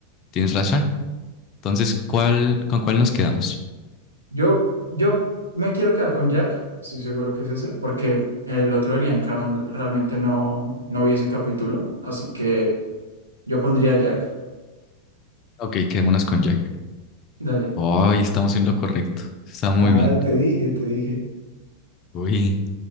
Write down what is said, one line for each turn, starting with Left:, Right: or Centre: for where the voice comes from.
Left: tienes razón. Entonces, ¿cuál, con cuál nos quedamos?
Right: Yo, yo me quiero quedar con Jack, estoy seguro que es ese, porque el otro de Liam Carman realmente no, no vi ese capítulo, así que yo pondría Jack.
Left: Ok, quedémonos con Jack.
Right: Dale.
Left: Hoy estamos en lo correcto. Está muy
Right: Ah,
Left: bien.
Right: te dije, te dije.
Left: Uy,